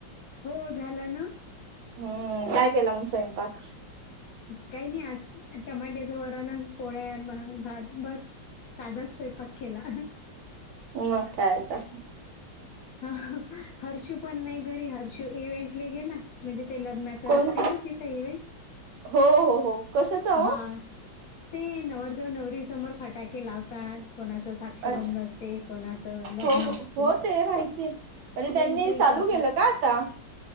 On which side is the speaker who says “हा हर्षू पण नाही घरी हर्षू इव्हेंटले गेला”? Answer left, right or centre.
Left